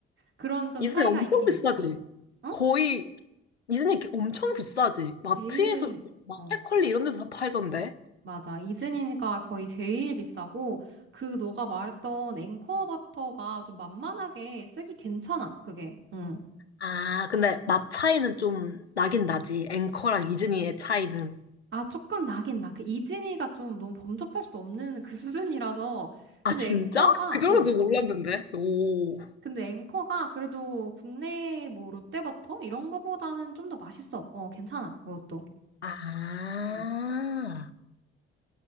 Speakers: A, on the right; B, on the left.
A: 그런 좀
B: 이즈니
A: 차이가
B: 엄청
A: 있긴
B: 비싸지?
A: 있어. 어?
B: 거의, 이즈니 엄청 비싸지? 마트에서,
A: 제일,
B: 마켓컬리
A: 어.
B: 이런 데서 팔던데?
A: 맞아. 이즈니가 거의 제일 비싸고, 그 너가 말했던 앵커 버터가 좀 만만하게 쓰기 괜찮아, 그게. 응.
B: 아, 근데 맛 차이는 좀 나긴 나지. 앵커랑 이즈니의 차이는.
A: 아, 조금 나긴 나. 그 이즈니가 좀 너무 범접할 수 없는 그 수준이라서.
B: 아,
A: 근데
B: 진짜?
A: 앵커가,
B: 그 정도는
A: 어.
B: 좀 몰랐는데. 오.
A: 근데 앵커가 그래도 국내 뭐 롯데버터? 이런 거보다는 좀 더 맛있어. 어, 괜찮아, 그것도.
B: 아.
A: 음.